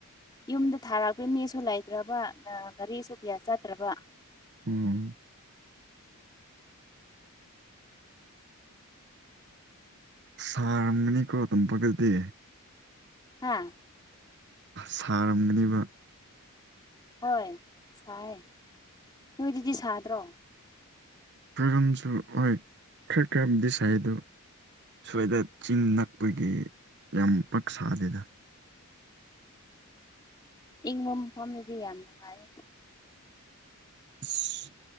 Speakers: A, on the left; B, on the right.
A: ꯌꯨꯝꯗ ꯊꯥꯔꯛꯄ ꯃꯤꯁꯨ ꯂꯩꯇ꯭ꯔꯕ ꯒꯥꯔꯤꯁꯨ ꯀꯌꯥ ꯆꯠꯇ꯭ꯔꯕ
B: ꯎꯝ ꯁꯥꯔꯝꯒꯅꯤꯀꯣ ꯇꯝꯄꯛꯇꯗꯤ
A: ꯍꯥꯥ
B: ꯁꯥꯔꯝꯒꯅꯦꯕ
A: ꯍꯣꯏ ꯁꯥꯏ ꯅꯣꯏꯗꯨꯗꯤ ꯁꯥꯗ꯭ꯔꯣ
B: ꯀꯔꯝꯁꯨ ꯍꯣꯏ ꯈꯔ ꯈꯔꯝꯗꯤ ꯁꯥꯏꯗ ꯁ꯭ꯋꯥꯏꯗ ꯆꯤꯡ ꯅꯛꯄꯒꯤ ꯌꯥꯝ ꯄꯛ ꯁꯥꯗꯦꯗ
A: ꯏꯪꯕ ꯃꯐꯝꯗꯗꯤ ꯌꯥꯝ ꯅꯨꯡꯉꯥꯏ
B: ꯑꯁ